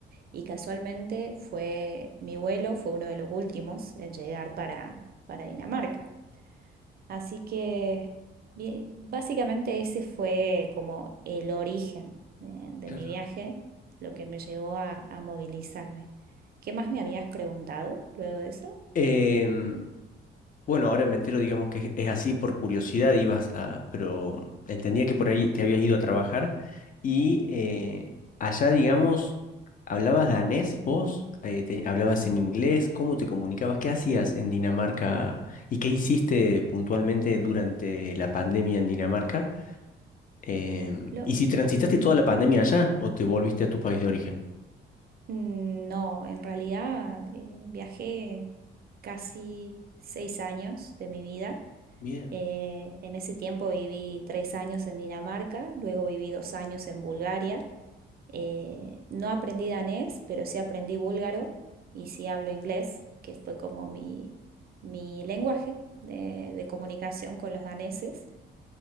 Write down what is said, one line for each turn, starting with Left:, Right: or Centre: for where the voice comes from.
Right: y casualmente fue mi vuelo, fue uno de los últimos en llegar para, para Dinamarca. Así que bien, básicamente ese fue como el origen de, de
Left: Claro.
Right: mi viaje, lo que me llevó a, a movilizarme. ¿Qué más me habías preguntado luego de eso?
Left: Em, Bueno, ahora me entero, digamos que es así por curiosidad, ibas a, pero entendía que por ahí te habías ido a trabajar y eh, allá, digamos, ¿hablabas danés vos? Eh, te- ¿hablabas en inglés? ¿Cómo te comunicabas? ¿Qué hacías en Dinamarca? ¿Y qué hiciste puntualmente durante la pandemia en Dinamarca? Em,
Right: Lo-
Left: ¿y si transitaste toda la pandemia allá o te volviste a tu país de origen?
Right: mm, no, en realidad eh, viajé casi seis años de mi vida.
Left: Bien,
Right: Eh, en ese tiempo viví tres años en Dinamarca, luego viví dos años en Bulgaria Eh, no aprendí danés, pero sí aprendí búlgaro y sí hablo inglés, que fue como mi, mi lenguaje de, de comunicación con los daneses.